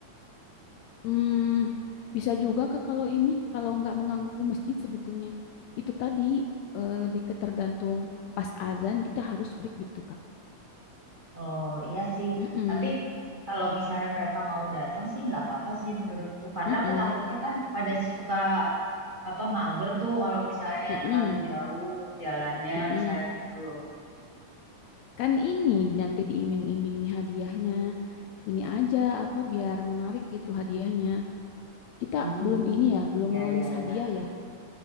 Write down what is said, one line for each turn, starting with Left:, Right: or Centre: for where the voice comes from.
Left: Hmm, bisa juga Kak kalau ini kalau nggak mengganggu masjid sebetulnya. Itu tadi eh, lebih ke tergantung pas azan kita harus break gitu Kak.
Right: Oh iya sih,
Left: Heeh,
Right: tapi kalau misalnya mereka mau datang sih nggak apa-apa sih menurutku, karena
Left: heeh,
Right: aku takutnya kan pada suka apa mager tuh kalau misalnya
Left: heeh,
Right: terlalu jauh jalannya
Left: heeh.
Right: misalnya gitu loh.
Left: Kan ini nanti diiming-imingi hadiahnya. Ini aja apa biar menarik gitu hadiahnya. Kita
Right: Hmm,
Left: belum ini ya, belum
Right: ya
Left: ngelis
Right: ya ya.
Left: hadiah ya.